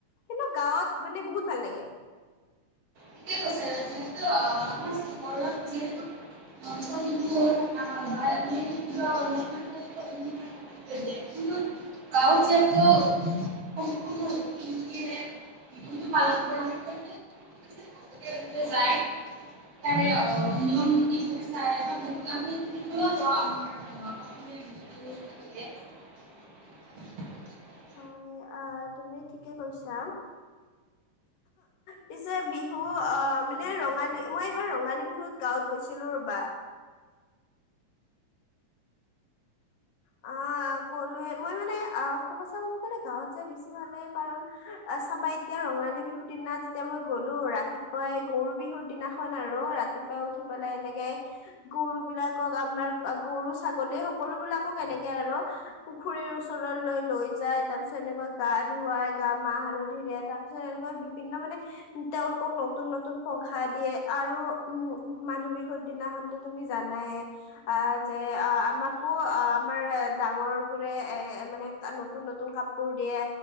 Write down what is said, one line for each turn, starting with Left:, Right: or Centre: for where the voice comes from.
Left: কিন্তু গাঁৱত মানে বহুত ভাল লাগে।
Right: ঠিকেই কৈছে যিহেতু আ, চহৰত যিহেতু <unintelligible> <unintelligible> গাঁৱৰ যিহেতু সম্পূৰ্ণ ৰীতি নীতিৰে <unintelligible> ভালকে ভালকে যায়
Left: <inaudible>
Right: তাৰে অ নিয়ম নীতিবোৰ চাই বা বহুত আমি <inaudible>
Left: হয়, আ, তুমি ঠিকেই কৈছা। পিছে বিহু আ, মানে ৰঙালী মই এইবাৰ ৰঙালী বিহুত গাঁৱত গৈছিলো ৰবা। আ, ক'লোৱে মই মানে সঁচা কব গ'লে গাওঁত যায় বেছি ভাল লাগে, কাৰণ চাবা এতিয়া ৰঙালী বিহুৰ দিনা যেতিয়া মই গ'লো, ৰাতিপুৱাই গৰু বিহুৰ দিনাখন আৰু ৰাত ৰাতিপুৱাই উঠি পেলাই এনেকে গৰু বিলাকক আমাৰ গৰু ছাগলী সকলো বিলাক কক এনেকে আৰু। পুখুৰীৰ ওচৰলৈ লৈ যায়, তাৰপিছত এনেকৈ গা ধুৱাই, গা মাহ হালধিৰে তাৰ পিছত এনেকুৱা বিভিন্ন মানে তেওঁলোকক নতুন, নতুন পঘা দিয়ে। আৰু উম, মানুহ বিহুৰ দিনাখন তুমি জানাইয়ে, আ, যে আ, আমাকো আ আমাৰ এ ডাঙৰ বোৰে এ মানে নতুন নতুন কাপোৰ দিয়ে।